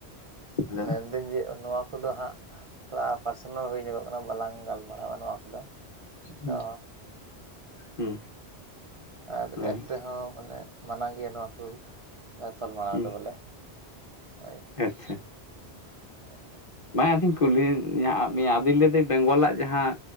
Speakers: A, on the left; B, on the right.
A: ᱞᱟᱹᱭ
B: ᱢᱮᱱᱫᱟᱹᱧ ᱡᱮ ᱱᱚᱣᱟ ᱠᱚᱫᱚ ᱦᱟᱸᱜ ᱛᱷᱚᱲᱟ ᱯᱟᱨᱥᱚᱱᱟᱞ ᱦᱩᱭ ᱧᱚᱜᱚᱜ ᱠᱟᱱᱟ ᱵᱟᱞᱟᱝ ᱜᱟᱞᱢᱟᱨᱟᱣᱟ ᱱᱚᱣᱟ ᱠᱚᱫᱚ᱾
A: ᱦᱩᱸ,
B: ᱛᱚ
A: ᱦᱩᱸ
B: ᱟᱨ
A: ᱞᱟᱹᱭ
B: ᱮᱯ
A: ᱢᱮ
B: ᱨᱮᱦᱚᱸ ᱢᱟᱱᱮ ᱢᱟᱱᱟ ᱜᱮᱭᱟ ᱱᱚᱣᱟ ᱠᱚ ᱜᱟᱯᱟᱞᱢᱟᱨᱟᱣ
A: ᱦᱩᱸ
B: ᱫᱚ ᱵᱚᱞᱮ ᱾ ᱦᱳᱭ
A: ᱟᱪᱪᱷᱟ,
B: ᱦᱳᱭ ᱦᱳᱭ
A: ᱵᱟᱝ ᱟᱫᱚᱧ ᱠᱩᱞᱤ ᱭᱳᱜ ᱮᱫ ᱢᱮᱭᱟ, ᱟᱫᱚᱧ ᱞᱟᱹᱭ ᱫᱤᱹᱧ ᱵᱮᱝᱜᱚᱞᱟᱜ ᱡᱟᱦᱟᱸ